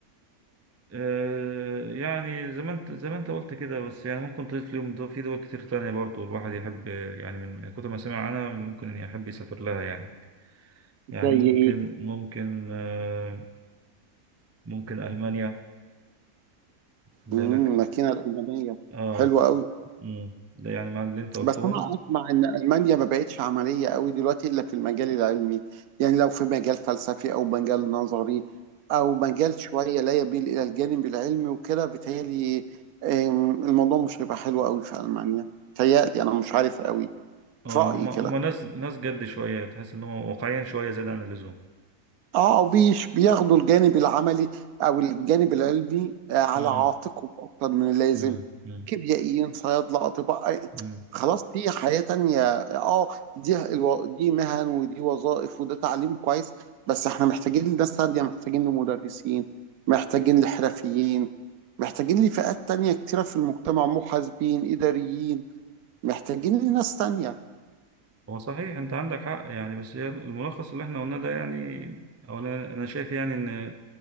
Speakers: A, on the right (about 25°); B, on the right (about 75°).
A: آه، يعني زي ما انت زي ما انت قلت كده بس يعني ممكن تضيف ليهم دول في دول كتير تانية برضو الواحد يحب يعني من كتر ما سمع عنها ممكن يحب يسافر لها يعني يعني
B: زي
A: ممكن
B: ايه
A: ممكن آه، ممكن ألمانيا بالك
B: امم الماكينه الالمانيه
A: اه
B: حلوه قوي
A: مم. ده يعني مع اللي انت قلتهم
B: بس انا اسمع ان المانيا ما بقتش عمليه قوي دلوقتي الا في المجال العلمي يعني لو في مجال فلسفي او مجال نظري او مجال شويه لا يميل الى الجانب العلمي وكده بيتهيألي آم، الموضوع مش هيبقى حلو قوي في المانيا بيتهيألي انا مش عارف قوي
A: اه
B: في رايي
A: هم هم
B: كده
A: ناس ناس جد شوية تحس ان هم واقعيا شوية زيادة عن اللزوم
B: اه او بيش بياخدوا الجانب العملي او الجانب العلمي آه، على
A: مم.
B: عاتقهم اكتر من اللازم
A: مم. مم.
B: كيميائيين صيادله اطباء آه،
A: مم.
B: خلاص في حياه تانية اه دي الو- دي مهن ودي وظائف وده تعليم كويس بس احنا محتاجين لناس تانية محتاجين لمدرسين محتاجين لحرفيين محتاجين لفئات تانية كتيرة في المجتمع محاسبين إداريين محتاجين لناس تانية
A: هو صحيح انت عندك حق يعني بس هي الملخص اللي احنا قلناه ده يعني اولا انا شايف يعني ان